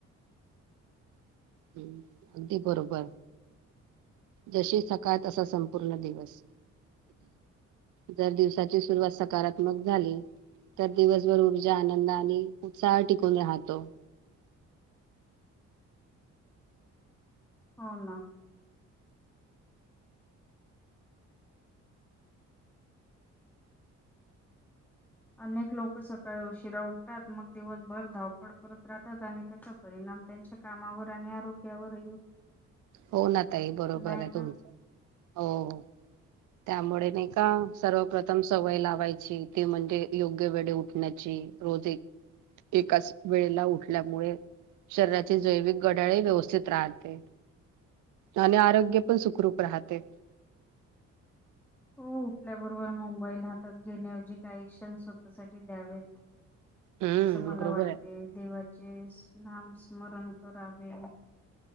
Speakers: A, on the right; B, in the centre.
A: हम् अगदी बरोबर जशी सकाळ तसा संपूर्ण दिवस. जर दिवसाची सुरुवात सकारात्मक झाली. तर दिवसभर ऊर्जा आनंद आणि उत्साह टिकून राहतो.
B: हो ना. अनेक लोकं सकाळी उशिरा उठतात. मग दिवसभर धावपळ करत राहतात आणि त्याचा परिणाम त्यांच्या कामावर आणि आरोग्यावर ही होतो.
A: हो ना ताई बरोबर
B: नाही
A: आहे
B: का
A: तुमचं हो. त्यामुळे नाही का सर्वप्रथम सवय लावायची, ती म्हणजे योग्य वेळी उठण्याची. रोज एक एकाच वेळेला उठल्यामुळे शरीराचे जैविक घड्याळ ही व्यवस्थित राहते. आणि आरोग्य पण सुखरूप राहते.
B: हो उठल्याबरोबर मोबाईल हातात घेण्याऐवजी काही क्षण स्वतःसाठी द्यावेत.
A: हम्म
B: असं मला
A: बरोबर
B: वाटते.
A: आहे.
B: देवाचे नाम स्मरण करावे.